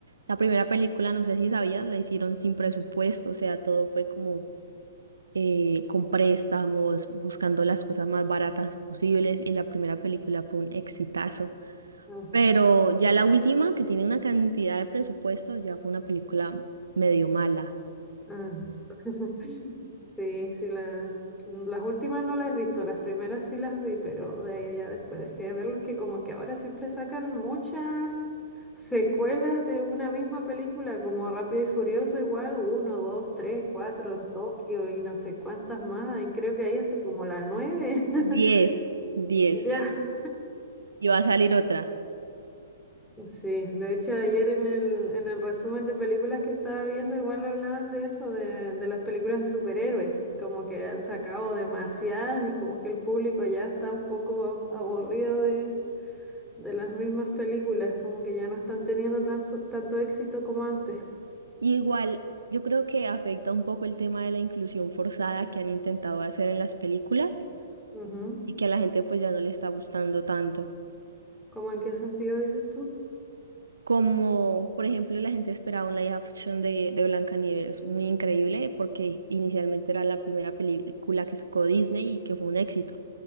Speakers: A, on the right; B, in the centre.
A: la primera película, no sé si sabías, la hicieron sin presupuesto, o sea, todo fue como eh, con préstamos, buscando las cosas más baratas posibles y la primera película fue un exitazo.
B: Ajá,
A: Pero ya la última, que tiene una cantidad de presupuesto, ya fue una película medio mala.
B: ajá. <laughs> Sí, sí, la- las últimas no las he visto, las primeras sí las vi, pero de ahí ya después dejé de verlos, que como que ahora siempre sacan muchas secuelas de una misma película, como Rápido y Furioso igual, uno, dos, tres, cuatro en Tokio y no sé cuántas más, y creo que ahí hasta como la nueve, <laughs>
A: Diez, diez,
B: ya,
A: y va a salir otra.
B: Sí, de hecho ayer en el, en el resumen de películas que estaba viendo igual hablaban de eso, de, de las películas de superhéroes, como que han sacado demasiadas y como que el público ya está un poco aburrido de, de las mismas películas, como que ya no están teniendo tan, so- tanto éxito como antes.
A: igual, yo creo que afecta un poco el tema de la inclusión forzada que han intentado hacer en las películas
B: Ujú.
A: y que a la gente pues ya no le está gustando tanto.
B: ¿Cómo en qué sentido dices tú?
A: Como, por ejemplo, la gente esperaba un live action de, de Blancanieves muy increíble porque inicialmente era la primera película que sacó Disney y que fue un éxito.